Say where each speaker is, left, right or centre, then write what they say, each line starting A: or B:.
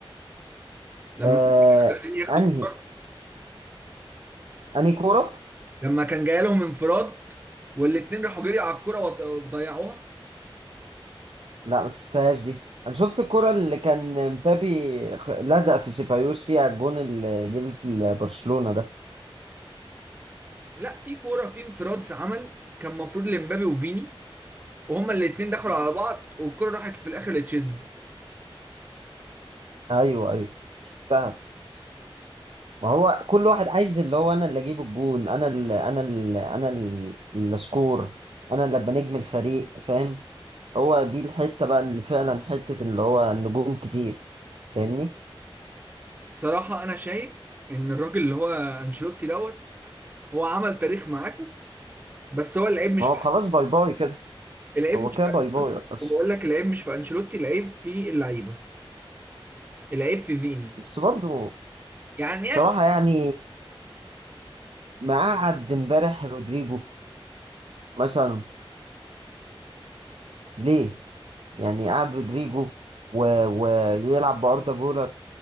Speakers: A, on the right; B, on the right.
A: لما
B: آه
A: كان فيني داخلين ياخدوا
B: انهي
A: الكرة؟
B: انهي كورة
A: لما كان جاي لهم انفراد والاثنين راحوا جري على الكوره وط- وضيعوها
B: لا مش شفتهاش دي انا شفت الكورة اللي كان مبابي خ- لزق في سيبايوس فيها الجون اللي جه في برشلونة ده
A: لا في كوره في انفراد اتعمل كان المفروض لمبابي وفيني وهما الاثنين دخلوا
B: مم.
A: على بعض والكوره راحت في الاخر لتشيزني
B: ايوه ايوه شفتها افتكرت. ما هو كل واحد عايز اللي هو انا اللي اجيب الجون انا اللي انا اللي انا اللي اللي اسكور انا اللي ابقى نجم الفريق فاهم هو دي الحته بقى اللي فعلا حته اللي هو النجوم كتير فاهمني
A: صراحه انا شايف ان الراجل اللي هو انشيلوتي دوت هو عمل تاريخ معاكم بس هو اللعيب مش
B: ما هو خلاص باي باي كده
A: العيب
B: هو
A: مش
B: كده باي باي
A: في
B: بس
A: وبقول لك العيب مش في انشيلوتي العيب في اللعيبه العيب في فيني
B: بس برضه
A: يعني
B: بصراحه
A: ايه كو-
B: يعني ما قعد امبارح رودريجو مثلا ليه يعني قعد رودريجو و... ويلعب باردا جولر